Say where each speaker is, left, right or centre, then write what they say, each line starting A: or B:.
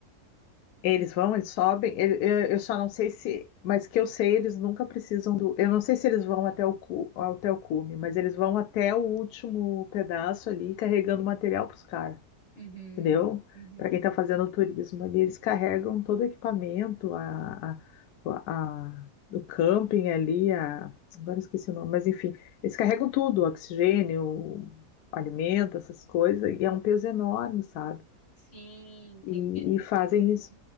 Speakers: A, on the left (about 85°); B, on the left (about 55°).
A: Eles vão, eles sobem. ele- Eu, eu só não sei se, mas que eu sei, eles nunca precisam do. Eu não sei se eles vão até o, cu- até o cume, mas eles vão até o último pedaço ali, carregando material para os caras,
B: Uhum,
A: entendeu?
B: uhum.
A: Para quem está fazendo turismo ali, eles carregam todo o equipamento, a, a, a- o camping ali, a, agora eu esqueci o nome, mas enfim, eles carregam tudo, oxigênio, alimento, essas coisas, e é um peso enorme, sabe?
B: Sim,
A: E,
B: tem, é, tem
A: e fazem
B: tudo isso,
A: isso
B: né?